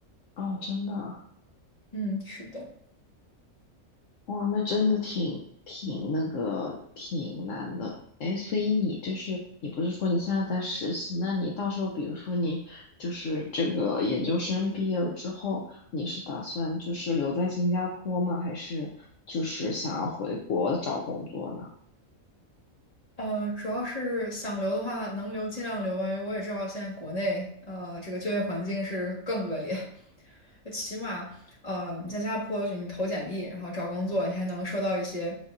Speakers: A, on the left (about 65°); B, on the left (about 25°).
A: 哦，真的啊。
B: 嗯，是的。
A: 哇，那真的挺挺那个挺难的。哎，所以你就是你不是说你现在在实习？那你到时候比如说你就是这个研究生毕业了之后，你是打算就是留在新加坡吗？还是就是想要回国找工作呢？
B: 呃，主要是想留的话，能留尽量留吧，因为我也知道现在国内呃这个就业环境是更恶劣，<laughs> 起码呃在新加坡就你投简历，然后找工作，你还能收到一些